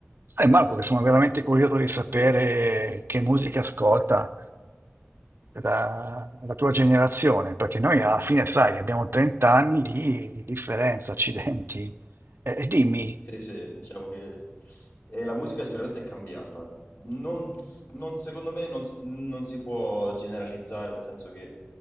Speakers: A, on the right (about 55°); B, on the left (about 55°).
A: Sai Marco che sono veramente curioso di sapere che musica ascolta la, la tua generazione, perché noi alla fine, sai, abbiamo 30 anni di, di differenza, accidenti. E, e dimmi,
B: Sì, sì, diciamo che e la musica sicuramente è cambiata. Non, non- secondo me non, non si può generalizzare, nel senso che